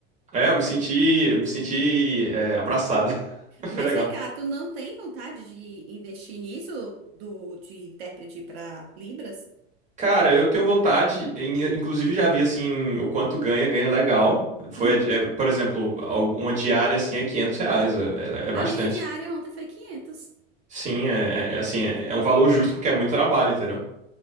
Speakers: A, on the right (about 25°); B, on the right (about 75°).
A: É, eu me senti, eu me senti é, abraçado. <laughs> Foi
B: Mas
A: legal.
B: vem cá, tu não tem vontade de investir nisso do de intérprete para Libras?
A: Cara, eu tenho vontade, em- inclusive já vi assim o quanto ganha, ganha legal. Foi,
B: Uhum.
A: é, por exemplo, al- uma diária assim é 500 reais, é, é- é bastante.
B: A minha diária ontem foi 500.
A: Sim, é, é- é, assim, é, é um valor justo porque é muito trabalho, entendeu?